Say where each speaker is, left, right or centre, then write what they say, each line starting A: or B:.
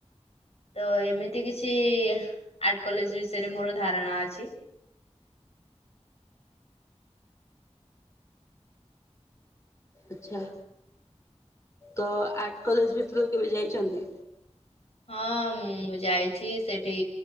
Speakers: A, on the left; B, on the left.
A: ତ ଏମିତିକିଛି ଆର୍ଟ କଲେଜ ବିଷୟରେ ମୋର ଧାରଣା ଅଛି।
B: ଆଚ୍ଛା ତ ଆର୍ଟ କଲେଜ ଭିତରୁକୁ କେବେ ଯାଇଚନ୍ତି।
A: ହଁ ମୁଁ ଯାଇଛି ସେଠି